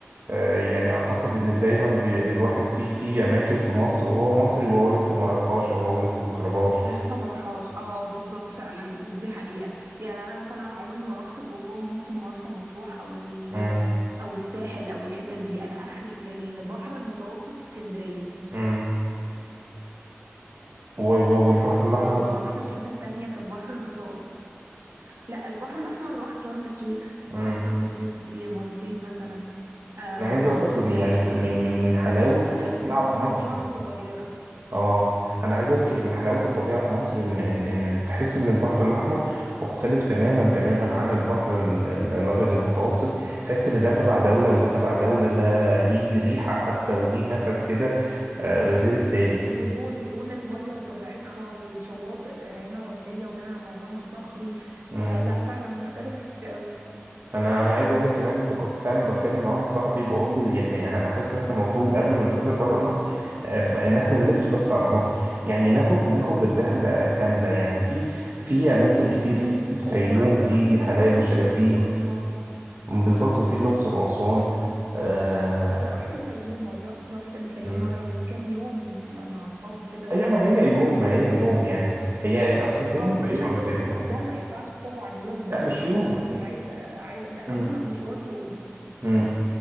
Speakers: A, on the right; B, on the right.
A: آه، يعني أعتقد إن دايما ب- الواحد فيه في أماكن في مصر وهو مصري وهو لسه ما راحهاش أو هو لسه ما جربهاش
B: لسه ما راحهاش اه بالظبط فعلا دي حقيقة يعني انا مثلا عمري ما رحت جوه مصر مرسى مطروح او ال-
A: مم.
B: او الساحل او الحتت دي انا اخري في البحر المتوسط اسكندرية
A: مم. و- و- والبحر
B: بس
A: الأحمر
B: ما ما روحتش حتة تانية في البحر المتوسط لا البحر الأحمر روحت شرم الشيخ
A: مم.
B: روحت شرم الشيخ كتير مرتين مثلا آه
A: انا عايز
B: رحت
A: اقول
B: السخنة
A: لك ان يعني من من من حلاوه الطبيعه
B: آه بس السخنة
A: في مصر
B: دي وأنا صغيرة
A: اه انا عايز اقول لك ان من حلاوه الطبيعه في مصر ان ان ان تحس ان البحر الاحمر مختلف تماما تماما عن البحر ال- ال- الابيض المتوسط تحس ان ده تبع دوله وده تبع دوله ده ليه ريحه حتى وليه نفس كده آه، غير التاني
B: ولون ولون المية وطبيعتها والشواطئ هنا رملية وهنا معظمها صخري فلا
A: امم
B: فعلا بتختلف كتير قوي
A: انا انا عايز اقول لك كمان لسه كنت فعلا بتكلم مع واحد صاحبي بقول له يعني انا حاسس ان احنا المفروض قبل ما نسافر بره مصر آه، ب- ان احنا نلف بس على مصر يعني ناخد ناخد الرحله كامله يعني في في اماكن كتير
B: امم
A: في الفيوم
B: وعايزة أقولك
A: في
B: برضو
A: حلايب
B: ما روحتش
A: وشلاتين
B: الأقصر وأسوان
A: بالظبط وفي الاقصر واسوان آه،
B: أنا روحت الفيوم مرة روحت الفيوم
A: مم.
B: مرة بس كان يوم مع أصحابي كده
A: ايوه
B: صد
A: ما هي
B: رد
A: يوم
B: يعني
A: ما هي يوم يعني هي اصل الفيوم
B: اه
A: قريبه
B: بس لا
A: الفيوم
B: الاقصر واسوان ما ينفعش طبعا يوم ده
A: لا مش
B: الاقصر
A: يوم
B: واسوان دي عايزه عايزه ده
A: مم.
B: اصلا المشوار يوم
A: مم.